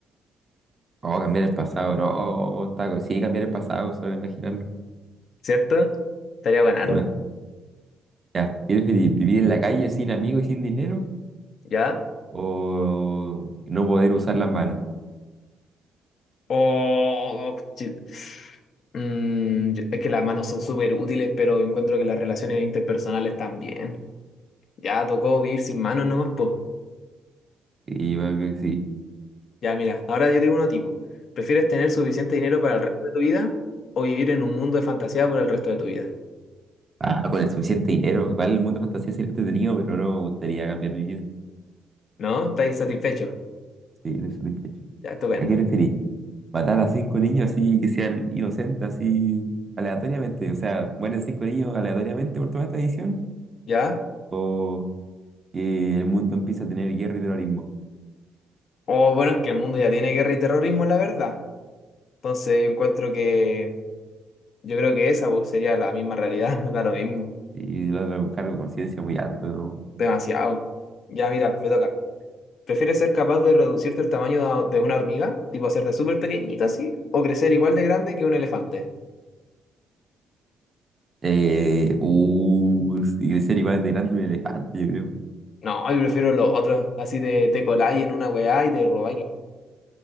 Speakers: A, on the right (about 30°); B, on the left (about 60°).
A: Oh, cambiar el pasado, no, está, co- sí, cambiar el pasado, solo imaginarlo.
B: ¿Cierto? Estaría ganarla,
A: ¿Qué más? Ya, ¿quieres vi- vivir en la calle sin amigos y sin dinero?
B: ¿ya?
A: ¿O no poder usar las manos?
B: Oh, chi- Mm, yo- es que las manos son súper útiles, pero encuentro que las relaciones interpersonales también. Ya tocó vivir sin manos nomás, pues.
A: Y yo creo que sí.
B: Ya, mira, ahora yo tengo uno tipo. ¿Prefieres tener suficiente dinero para el resto de tu vida o vivir en un mundo de fantasía por el resto de tu vida?
A: Ah, con el suficiente dinero, igual el mundo de fantasía sería entretenido, pero no me gustaría cambiar mi vida.
B: ¿No? ¿Estáis satisfechos?
A: Sí, no estoy satisfecho.
B: Ya, estupendo.
A: ¿A qué preferís? ¿Matar a cinco niños así que sean inocentes, así aleatoriamente? O sea, mueren cinco niños aleatoriamente por toda esta edición?
B: ¿Ya?
A: ¿O que el mundo empieza a tener guerra y terrorismo?
B: O bueno, es que el mundo ya tiene guerra y terrorismo, la verdad. Entonces yo encuentro que, yo creo que esa pues, sería la misma realidad, <laughs> da lo mismo.
A: Y el otro con cargo de conciencia muy alto, ¿no?
B: Demasiado. Ya, mira, me toca. ¿Prefieres ser capaz de reducirte el tamaño de de una hormiga, tipo hacerte súper pequeñito así, o crecer igual de grande que un elefante?
A: Eh, uh, y ser igual de grande un elefante, yo creo.
B: No, yo prefiero lo otro. Así te, te coláis en una weá y te robáis